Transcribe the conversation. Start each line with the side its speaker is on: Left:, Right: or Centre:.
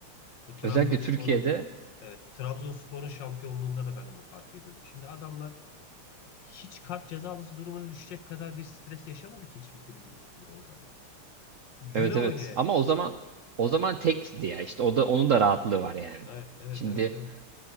Left: Bu Trabzonspor'un
Right: Özellikle Türkiye'de
Left: evet Trabzonspor'un şampiyonluğunda da ben onu fark ediyordum. Şimdi adamlar hiç kart cezalısı durumuna düşecek kadar bir stres yaşamadı ki hiçbir kulübün üstünde o zaman. Güle
Right: evet evet
Left: oynaya.
Right: ama o zaman o zaman tekti ya işte o da onun da rahatlığı var yani.
Left: Evet, evet,
Right: Şimdi
Left: evet, evet.